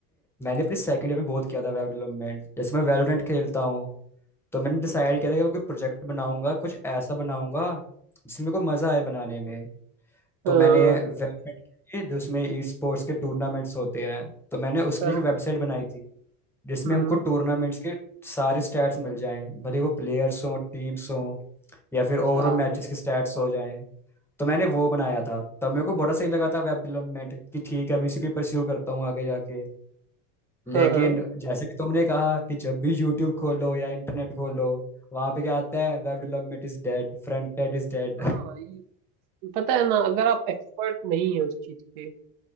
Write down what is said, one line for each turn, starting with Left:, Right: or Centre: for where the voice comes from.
Centre: मैंने अपने सेकंड ईयर में बहुत किया था वेब डेवलपमेंट जैसे मैं वैलोरेंट खेलता हूँ तो मैंने डिसाइड किया था कि मैं कोई प्रोजेक्ट बनाऊंगा कुछ ऐसा बनाऊंगा जिसमें मेरे को मजा आए बनाने में तो
Right: हाँ
Centre: मैंने वेबसाइट के लिए जो उसमें ई स्पोर्ट्स के टूर्नामेंट्स होते हैं तो मैंने उसके
Right: हाँ,
Centre: लिए एक वेबसाइट बनाई थी जिसमें
Right: हम्म,
Centre: हमको
Right: हम्म,
Centre: टूर्नामेंट्स के सारे स्टैट्स मिल जाएं भले वो प्लेयर्स हों टीम्स हों या फिर ओवरऑल
Right: अच्छा
Centre: मैचेस के स्टैट्स हो जाएं तो मैंने वो बनाया था तब मेरे को बड़ा सही लगा था वेब डेवलपमेंट कि ठीक है अभी इसी को परस्यू करता हूँ आगे जाके
Right: हाँ
Centre: लेकिन
Right: हाँ
Centre: जैसे कि तुमने कहा कि जब भी यूट्यूब खोलो या इंटरनेट खोलो वहां पे क्या आता है web development is dead front end is dead
Right: हाँ भाई पता है ना अगर आप एक्सपर्ट नहीं है उस चीज के